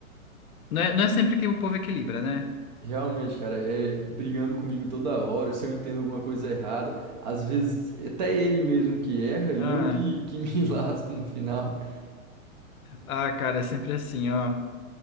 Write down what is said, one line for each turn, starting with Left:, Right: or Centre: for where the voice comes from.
Left: Não é, não é sempre que o povo equilibra, né?
Right: Realmente, cara, é brigando comigo toda hora, se eu entendo alguma coisa errada, às vezes até ele mesmo que erra e
Left: Ah,
Right: eu que, que me <laughs> lasco no final.
Left: ah, cara, é sempre assim, ó.